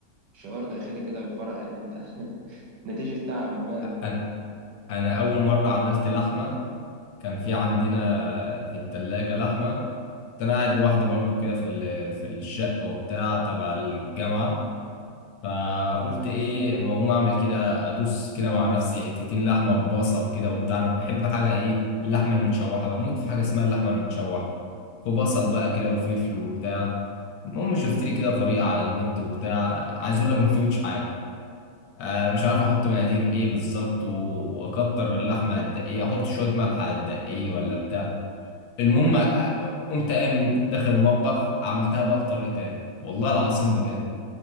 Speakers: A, on the right; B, on the left.
A: شعور داخلي كده بالفرح إن أنت <laughs> نتيجة تعبك بقى
B: انا انا اول مره عملت لحمه كان في عندنا في التلاجة لحمه كنت انا قاعد لوحدي برضو كده في ال... في الشقه وبتاع تبع الجامعه فقلت ايه اما اقوم اعمل كده ادوس كده مع نفسي حتتين لحمه ببصل كده وبتاع انا بحب حاجه ايه اللحمه المتشوحه بموت في حاجه اسمها اللحمه المتشوحه في بصل بقى كده وفلفل وبتاع المهم شفت لي كده طريقه على النت وبتاع عايز اقول لك ما فهمتش حاجه آه مش عارف احط مقادير ايه بالظبط واكتر اللحمه قد ايه احط شويه ملح قد ايه ولا بتاع المهم آه، قمت قام داخل المطبخ عملتها بقى بطريقه تاني والله العظيم بجد